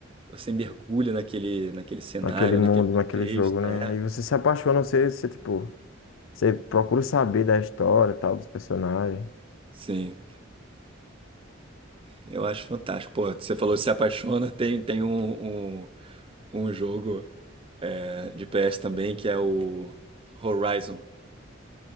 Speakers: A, on the right; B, on the left.
A: você mergulha naquele, naquele cenário,
B: naquele mundo,
A: naquele contexto.
B: naquele jogo, né?
A: É.
B: E você se apaixona, você, você tipo, você procura saber da história, e tal, dos personagens.
A: Sim, eu acho fantástico. Pô, você falou que se apaixona, tem, tem um, um, um jogo é, de PS também que é o Horizon.